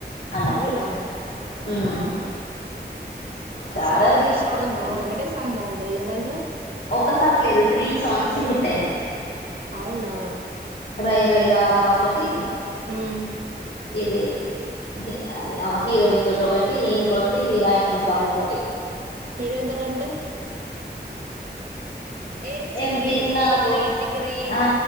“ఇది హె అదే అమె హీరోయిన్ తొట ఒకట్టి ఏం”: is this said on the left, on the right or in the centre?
Left